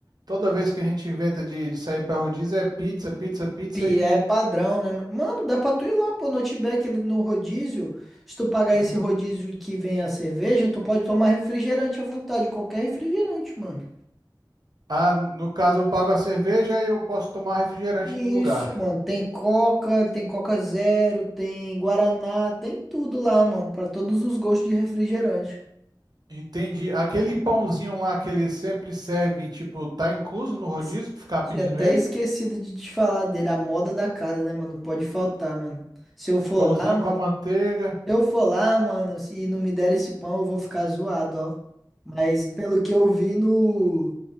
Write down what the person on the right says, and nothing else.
Toda vez que a gente inventa de, de sair pra rodízio é pizza, pizza, pizza
e.
Uhum.
Ah, no caso eu pago a cerveja e eu posso tomar refrigerante
no lugar.
Entendi. Aquele pãozinho lá que eles sempre servem, tipo, tá incluso no rodízio
pra ficar pedindo
ele?
Pãozinho
com a manteiga.